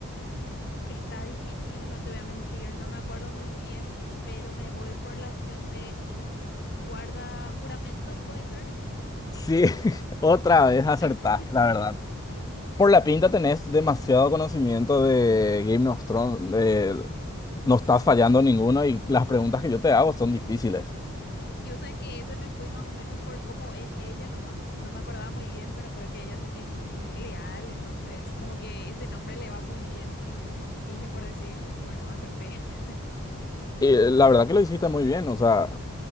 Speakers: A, on the left (about 45°); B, on the left (about 15°).
A: Está difícil, no te voy a mentir, no me acuerdo muy bien, pero me voy por la opción de guarda juramentos, ¿puede ser?
B: Sí, <laughs> otra vez acertaste,
A: <laughs>
B: la verdad. Por la pinta tenés demasiado conocimiento de Game of Thrones. eh, no estás fallando ninguno y las preguntas que yo te hago son difíciles.
A: Y vos sabés que ese me fui más o menos por cómo es ella nomás. No me acordaba muy bien, pero creo que ella es muy leal, entonces como que ese nombre le va muy bien y dije por decir, y bueno, acerté. <laughs>
B: Y la verdad que lo hiciste muy bien, o sea,